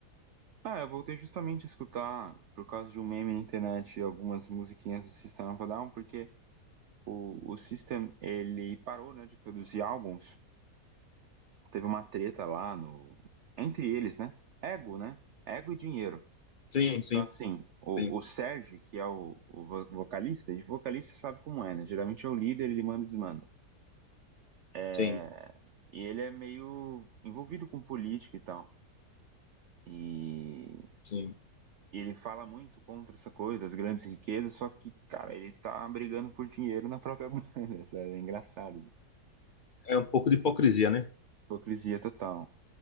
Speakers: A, on the right; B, on the left.
A: Ah, eu voltei justamente a escutar, por causa de um meme na internet, algumas musiquinhas do System of a Down, porque o, o System, ele parou, né, de produzir álbuns. Teve uma treta lá no... Entre eles, né? Ego, né? Ego e dinheiro.
B: Sim, sim,
A: Então, assim, o,
B: sim,
A: o Sérgio, que é o, o vo- vocalista, e vocalista sabe como é, né? Geralmente é o líder, ele manda e desmanda. É...
B: sim,
A: E ele é meio envolvido com política e tal. E
B: sim.
A: E ele fala muito contra essa coisa das grandes riquezas, só que, cara, ele tá brigando por dinheiro na própria <laughs> banda, sabe? É engraçado isso.
B: É um pouco de hipocrisia, né?
A: Hipocrisia total.